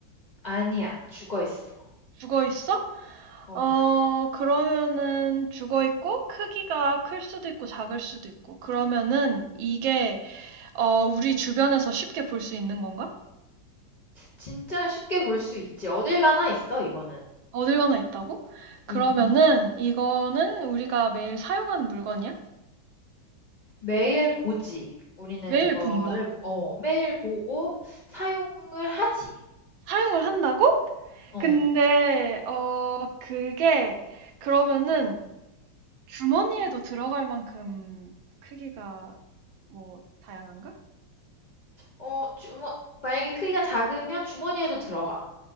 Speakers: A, on the left (about 75°); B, on the right (about 80°).
A: 아니야. 죽어 있어.
B: 죽어 있어?
A: 어,
B: 어, 그러면은 죽어 있고 크기가 클 수도 있고 작을 수도 있고. 그러면은 이게 어, 우리 주변에서 쉽게 볼 수 있는 건가?
A: 진짜 쉽게 볼 수 있지. 어딜 가나 있어, 이거는.
B: 어딜 가나 있다고? 음. 그러면은
A: 음.
B: 이거는 우리가 매일 사용하는 물건이야?
A: 매일 보지. 우리는
B: 매일
A: 이거를
B: 본다고?
A: 어, 매일 보고 사용을 하지.
B: 사용을 한다고?
A: 어.
B: 근데 어 그게 그러면은 주머니에도 들어갈 만큼 크기가 뭐 다양한가?
A: 어, 주머 만약에 크기가 작으면 주머니에도 들어가.